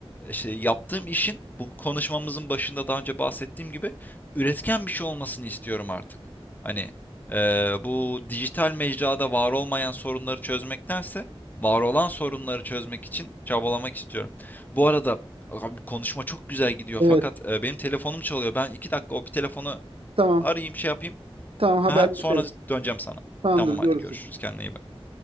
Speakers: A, on the left; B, on the right.
A: işte yaptığım işin bu konuşmamızın başında daha önce bahsettiğim gibi üretken bir şey olmasını istiyorum artık. Hani eee, bu dijital mecrada var olmayan sorunları çözmektense var olan sorunları çözmek için çabalamak istiyorum. Bu arada abi konuşma çok güzel gidiyor
B: Evet.
A: fakat e, benim telefonum çalıyor. Ben iki dakika o bir telefonu
B: Tamam.
A: arayayım şey yapayım.
B: Tamam haberleşelim.
A: Ha, sonra döneceğim sana.
B: Tamamdır
A: Tamam
B: görüşürüz.
A: hadi görüşürüz. Kendine iyi bak.